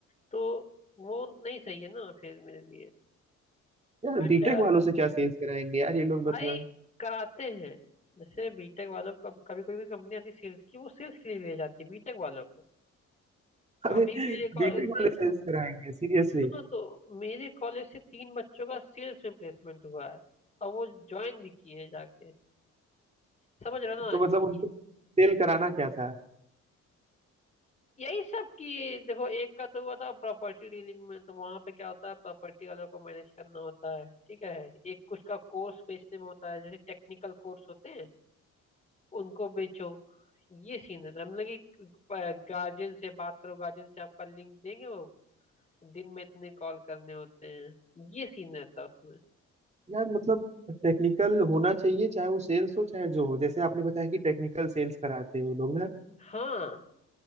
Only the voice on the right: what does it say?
यार
बीटेक वालों से क्या सेल्स कराएंगे यार ये लोग मतलब
अरे
बीटेक
वाले सेल्स कराएंगे सीरियसली
तो मतलब
उनको सेल कराना क्या था
यार मतलब टेक्निकल होना चाहिए चाहे वो सेल्स हो चाहे जो हो जैसे आपने बताया कि टेक्निकल सेल्स कराते हैं वो लोग ना